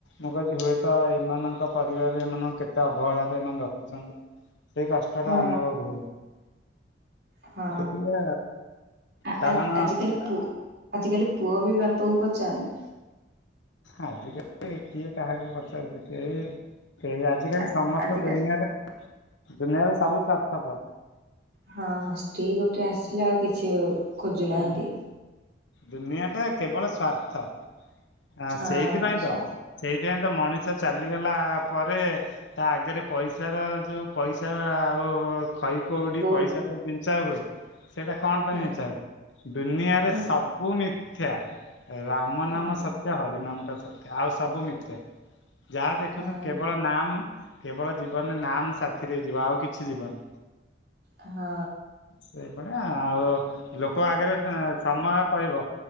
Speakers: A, on the left; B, on the right.
A: ମୁଁ କ ହୁଏତ ଏମାନଙ୍କ ପରିବାର ଏମାନଙ୍କୁ କେତେ ଅବହେଳାରେ ଏମାନେ ରଖୁଛନ୍ତି ସେଇ କଷ୍ଟ
B: ହଁ
A: ଟା ଅନୁଭବ ହୁଏ।
B: ହଁ
A: ଦେଖିଲେ
B: ହଁ
A: କାରଣ
B: ଆଜିିକାଲି ପ ଆଜିକାଲି ପୁଅ ବି ବାପାକୁ ପଚାରୁନି।
A: ଆଜିକାଲି କିଏ କାହାକୁ ପଚାରୁଚି ଏଇ ଏ ଆଜିକାଲି
B: ଆ
A: ସମସ୍ତ
B: ଆଜିକା
A: ଦୁନିଆରେ ଦୁନିଆରେ ସବୁ ସ୍ୱାର୍ଥ ପର।
B: ହଁ ହଁ ସ୍ତ୍ରୀ ଗୋଟେ ଆସିଲା ଆଉ କିଛି ଖୋଜୁନାହାନ୍ତି।
A: ନା ଦୁନିଆ ଟା କେବଳ ସ୍ଵାର୍ଥ। ଆ
B: ହଁ
A: ସେଇଥିପାଇଁ
B: ସା
A: ତ ସେଇଥିପାଇଁ ତ ମଣିଷ ଚାଲିଗଲା ପରେ ତା ଆଗରେ ପଇସାର ଯେଉ ପଇସା ଆଉ ଖଇ କଉଡ଼ି
B: କୋଉଠି
A: ପଇସା ଯୋଉ ବିଞ୍ଚା ହୁଏ ସେଇଟା କଣ ପାଇଁ
B: ହଁ
A: ବିଞ୍ଚା ହୁଏ? ଦୁନିଆରେ
B: କଣ
A: ସବୁ
B: ପାଇଁ
A: ସବୁ ମିଥ୍ୟା ରାମ
B: ହଁ
A: ନାମ ସତ୍ୟ ହରିନାମ ଟା ସତ୍ୟ ଆଉ ସବୁ ମିଥ୍ୟା ଯାହା ଦେଖୁଛନ୍ତି
B: ହଁ
A: କେବଳ ନାମ କେବଳ ଜୀବନରେ ନାମ ସାଥିରେ ଯିବ ଆଉ କିଛି ଯିବନି।
B: ହଁ।
A: ସେଇଭଳିଆ ଆଉ ଲୋକ ଆଗରେ ସମୟ କହିବ